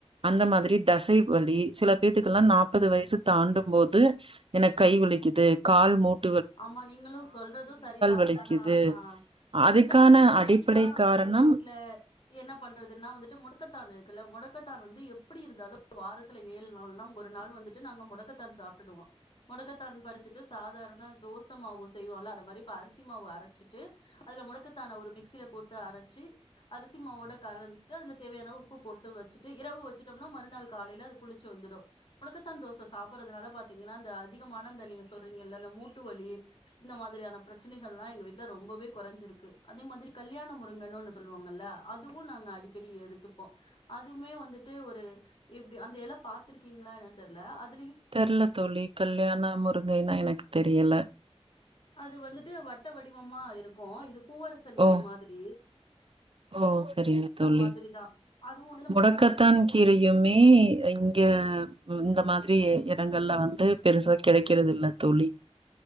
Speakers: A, on the right; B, on the left.
A: அந்த மாதிரி தசை வலி சில பேத்துக்கெல்லா நாப்பது வயசு தாண்டம் போது எனக்கு கை வலிக்குது கால் மூட்
B: ஆமா நீங்களு சொல்றது சரிதா
A: வலிக்குது
B: ஆனா ஆ
A: அதுக்கான
B: இந்த மாதிரி வலிக்குதா
A: அடிப்படை காரணம்
B: எங்க வீட்ல என்ன பண்றதுன்னா வந்துட்டு முட க்கத்தான் இருக்குல்ல முடக்கத்தான் வந்து எப்டி இருந்தாலும் வாரத்துல ஏழு நாள்னா ஒரு நாள் வந்துட்டு நாங்க முடக்கத்தான் சாப்ட்டுடுவோ முடக்கத்தான் பறிச்சுட்டு சாதாரண தோச மாவு செய்வோல அது மாரி அரிசி மாவு ப்ப அரைச்சிட்டு அதுல முடக்கத்தான ஒரு மிக்சியில போட்டு அரைச்சு அரிசி மாவோட கலந்துட்டு அதுல தேவையான உப்பு போட்டு வச்சுட்டு இரவு வச்சுட்டோம்னா மறுநாள் காலையில அது புளிச்சு வந்துடு முடக்கத்தான் தோச சாப்படுறதுனால பாத்தீங்கன்னா அந்த அதிகமான இந்த நீங்க சொல்றீங்கள இந்த மூட் மூட்டு வலி இந்த மாதிரியான பிரச்சனைகள்லா எங்க வீட்டுல ரொம்பவே கொறஞ்சிருக்கு அதே மாதிரி கல்யாண முருங்கன்னு ஒன்னு சொல்லுவாங்கல்ல அதுவு நாங்க அடிக்கடி எடுத்துப்போ அதுமே வந்துட்டு ஒரு எப்டி அந்த எல பா்த்திருக்கீங்களா என்னான்னு தெர்ல அது
A: தெர்லத் தோழி கல்யாண முருங்கைனா எனக்கு தெரியல
B: அது வந்துட்டு வட்ட வடி வமா இருக்கு இது பூவரசன்
A: ஓ
B: இலை மாதிரியே
A: ஓ செரிங்க தோழி
B: மாதிரிதா அதுவு வந்து நமக்கு
A: முடக்கத்தான்
B: சளி பிரச்சன
A: கீரையுமே இங்க இந்த மாதிரி இடங்கள்ல வந்து பெருசா கெடைக்கறது இல்ல தோழி